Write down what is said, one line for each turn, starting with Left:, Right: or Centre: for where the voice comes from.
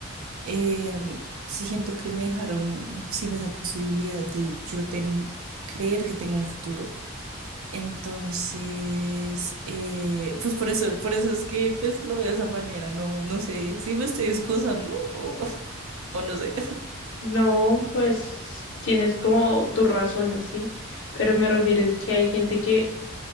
Right: eh, sí siento que me dejaron sin esa posibilidad de yo ten- creer que tengo un futuro. Entonces, eh, pues por eso, por eso es que pues lo veo de esa manera, no, no sé si me estoy excusando o, <laughs> o no sé.
Left: no, pues tienes como tus razones, sí, pero me refiero es que hay gente que